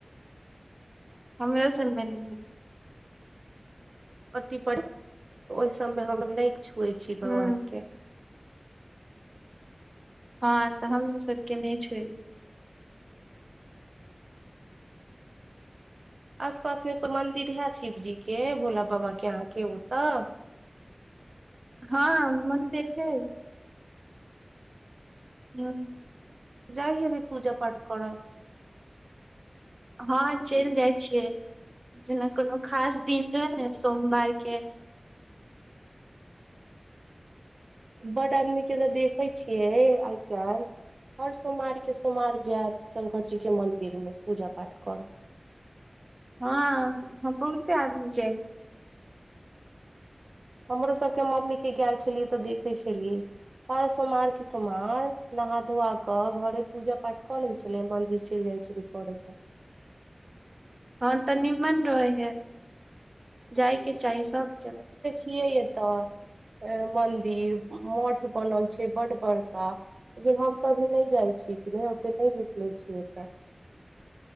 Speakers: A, on the right; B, on the right.
A: हमरो सभ मे नहि होइ छै
B: ओटी पर ओहि सबमे हम नहि छुयै छी
A: हुं
B: भगवान के
A: हँ तऽ हमहूँ सबके नहि छुए
B: आस पासमे कोइ मंन्दिर है शिवजी के भोला बाबाके अहाँके ओतऽ
A: हँ मन्दिर दै- हूँ
B: जाइ हबी पूजा पाठ करऽ
A: हँ चलि जाइ छियै जेना कोनो खास दिन रहै न सोमवारके
B: बड्ड आदमीके तऽ देखै छियै आइ काल्हि हर सोमारके सोमवार जायत शङ्करजीके मन्दिरमे पूजा पाठ करऽ
A: हँ हम बहुते आदमी जाइ हइ
B: हमरो सभके मम्मीके गैल छलियै तऽ देखै छलियै हर सोमारके सोमार नहा धोआ कऽ घरे पूजा पाठ कऽ लै छलै मन्दिर चलि जाइ छलै करै ला
A: हँ तऽ निम्मन रहै हइ जाइ के चाही सबके
B: छियै एतऽ मन्दिर मठ बनल छै बड बड़का लेकिन हमसभ भी नहि जाइ छियै ओते नहि निकलै छियै एत